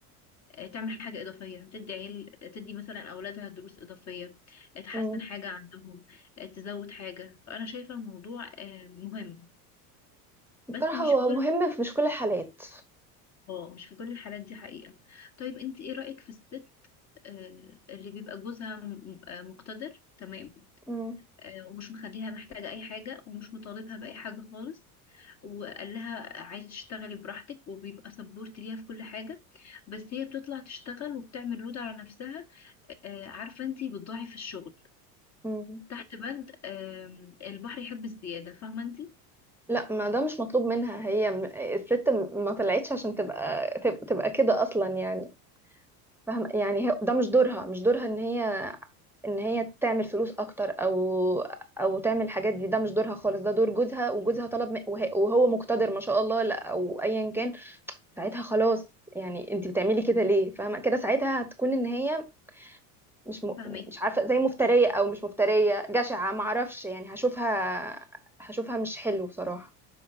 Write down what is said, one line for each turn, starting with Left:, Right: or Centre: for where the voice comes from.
Left: آه، تعمل حاجة إضافية تدي عيل تدي مثلا أولادها دروس إضافية آه، تحسن
Centre: أمم.
Left: حاجة عندهم آه، تزود حاجة فأنا شايفة الموضوع آه، مهم
Centre: بصراحه
Left: بس مش
Centre: هو
Left: في كل
Centre: مهم في مش كل الحالات
Left: اه مش في كل الحالات دي حقيقة طيب انت ايه رأيك في الست آه، اللي بيبقى جوزها م- آه، مقتدر تمام
Centre: أمم،
Left: آه، ومش مخليها محتاجة أي حاجة ومش مطالبها بأي حاجة خالص وقال لها عايزة تشتغلي براحتك وبيبقى سبورت ليها في كل حاجة بس هي بتطلع تشتغل وبتعمل لود على نفسها آه، عارفة انتي بتضاعف الشغل
Centre: أمم.
Left: تحت بند آم، البحر يحب الزيادة فاهمة انتي
Centre: لا ما ده مش مطلوب منها هي م- الست م- ما طلعتش عشان تبقى تب- تبقى كده اصلا يعني فاهم يعني هي ده مش دورها مش دورها ان هي ان هي تعمل فلوس اكتر او او تعمل الحاجات دي ده مش دورها خالص ده دور جوزها وجوزها طلب م- وه- وهو مقتدر ما شاء الله لا او ايا كان ساعتها خلاص يعني انت بتعملي كده ليه فاهمه كده ساعتها هتكون ان هي مش م...
Left: فاهماكي
Centre: مش عارفه زي مفتريه او مش مفتريه جشعه ما اعرفش يعني هشوفها هشوفها مش حلو بصراحه